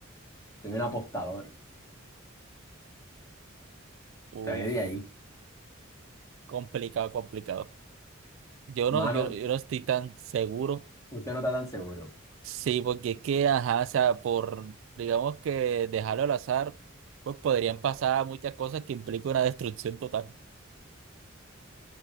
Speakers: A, on the left (about 15°); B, on the right (about 70°).
A: soy un apostador,
B: Uf,
A: estoy de ahí.
B: complicado, complicado. Yo
A: Mano,
B: no, yo, yo no estoy tan seguro.
A: usted no está tan seguro.
B: Sí, porque es que, ajá, o sea, por, digamos que dejarlo al azar, pues podrían pasar muchas cosas que implican una destrucción total.